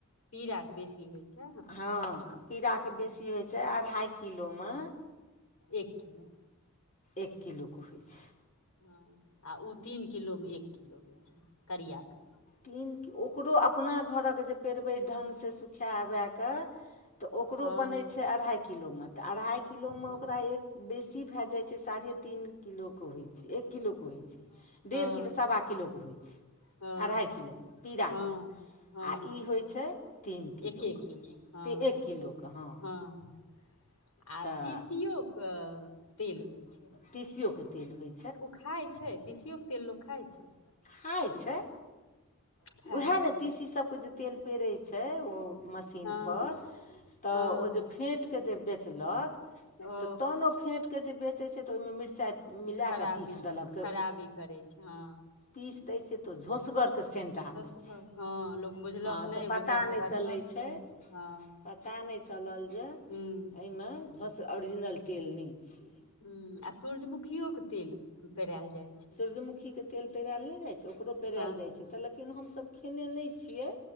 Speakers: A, on the left; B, on the left.
A: पीराके बेसी होइ छै
B: हँ पीराके
A: हँ
B: बेसी होय छै अढ़ाइ किलोमे
A: एक किलो
B: एक किलो क होय छै
A: हँ आ उ तीन किलोमे एक किलो होय छै करियाके
B: त ओकरो अपना घरक जे पेरवै ढङ्गसँ सुखाए अबयके तऽ ओकरो
A: हँ
B: बनै छै अढ़ाइ किलोम तऽ अढ़ाइ किलोमे
A: हँ
B: ओकरा एक बेसी भए जाय छै साढ़े तीन किलोक होय छै एक किलोके होय छै
A: हँ
B: डेढ़ किलो सवा किलोके होय छै
A: हँ
B: अढ़ाई किलोक पीराक
A: हँ
B: आ
A: हँ
B: ई होय छै तीन किलोक
A: एके किलो
B: त
A: हँ
B: एक किलोक हँ
A: हँ आ
B: तऽ
A: तीसियो के तेल होय छै
B: तीसियो के तेल होय
A: ओ खाय छै तीसियोक तेल लोक खाय छै
B: खाय छै
A: खाइ
B: उएह
A: छै
B: ने तीसी सबके जे तेल पेरै छै ओ मशीनपर
A: हँ
B: तऽ
A: हँ
B: ओ जे फेँट क जे बेचलक
A: ओ
B: तऽ तहन ओ फेँटके जे बेचैत छै तऽ ओहिमे मिरचाइ मिलाए
A: खराबी
B: कऽ पीस देलक
A: खराबी
B: तऽ
A: करै छै हँ
B: पीस दै छै तो झौसगर त सेन्ट
A: झसगर
B: आबय छै
A: हँ लोक बुझलक
B: हँ
A: नहि
B: तऽ पता
A: बुझलक जे
B: नहि
A: बढ़िआँ
B: चलय छै
A: हँ
B: पता नै चलल जे
A: हूँ
B: अइमे झंस ओरिजनल तेल नहि छियै
A: हहूँ आ सूरजमुखियो के तेल पेरायल जाइ छै
B: सूजमुखीके तेल पेरायल नहि जाइ छै ओकरो पेरायल
A: हँ
B: जाइ छै तऽ लेकिन हमसभ खेने नहि छियै